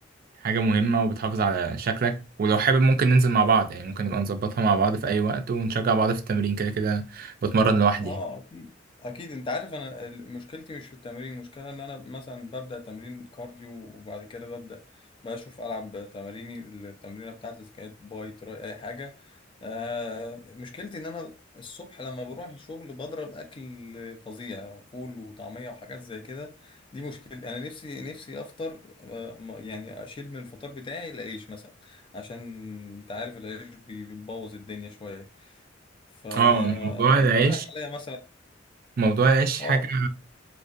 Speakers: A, on the right; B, on the left.
A: حاجة مهمة وبتحافظ على شكلك ولو حابب ممكن ننزل مع بعض يعني ممكن نبقى نظبطها مع بعض في أي وقت ونشجع بعض في التمرين كده كده بتمرن لوحدي
B: اه
A: يعني
B: اكيد اكيد انت عارف انا ال- مشكلتي مش في التمرين المشكله ان انا مثلا ببدا تمرين كارديو وبعد كده ببدا بقى اشوف العب تماريني التمرينه بتاعتي اذا كانت باي تراي اي حاجه آه مشكلتي ان انا الصبح لما بروح الشغل بضرب اكل فظيع فول وطعميه وحاجات زي كده دي مشكلتي انا نفسي نفسي افطر آه ما- يعني اشيل من الفطار بتاعي العيش مثلا عشان انت عارف العيش بي- بيبوظ الدنيا شويه فاقترح
A: اه موضوع العيش
B: عليا مثلا
A: موضوع العيش
B: اه
A: حاجة